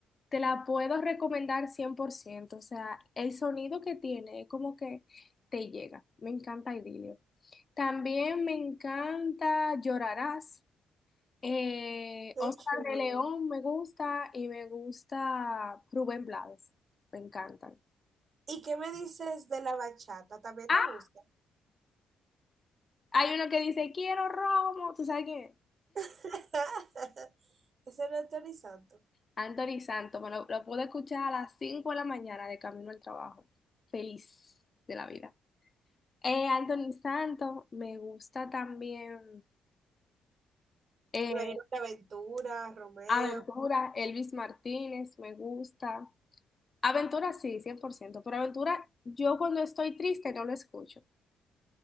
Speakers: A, on the left (about 35°); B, on the right (about 50°).
A: te la puedo recomendar cien por ciento O sea, el sonido que tiene es como que te llega. Me encanta Idilio. También me encanta Llorarás. Eh,
B: qué
A: Oscar
B: chulo.
A: de León me gusta y me gusta Rubén Blades. Me encantan.
B: ¿Y qué me dices de la bachata? ¿También
A: Ah,
B: te gusta?
A: hay uno que dice, quiero romo. ¿Tú sabes quién? es?
B: <laughs> Ese no es Tony Santo.
A: Anthony Santos, me lo, lo pude escuchar a las 5 de la mañana de camino al trabajo. Feliz de la vida. Eh, Anthony Santos, me gusta también eh,
B: Me Imagino que Aventura, Romeo.
A: Aventura, Elvis Martínez, me gusta. Aventura sí, cien por ciento pero Aventura yo cuando estoy triste no lo escucho,